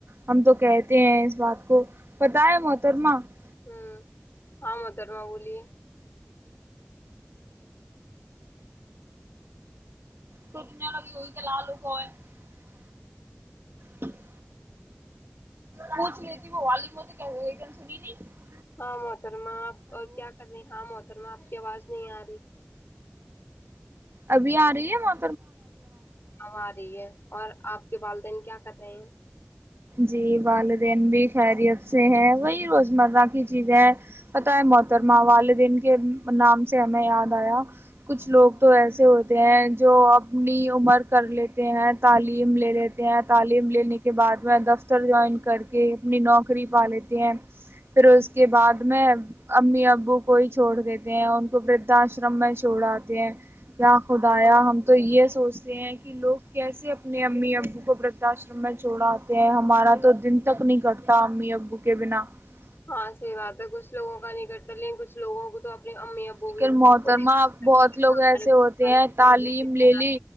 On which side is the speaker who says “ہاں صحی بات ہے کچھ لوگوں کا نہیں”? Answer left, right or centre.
Left